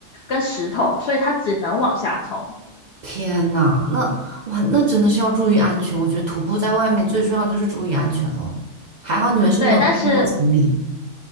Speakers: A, on the left (about 65°); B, on the right (about 50°).
A: 跟石头，所以他只能往下冲。
B: 天呐，那哇，那真的是要注意安全。我觉得徒步在外面最重要的就是注意安全咯。还好你们是没有太多行李。
A: 对，但是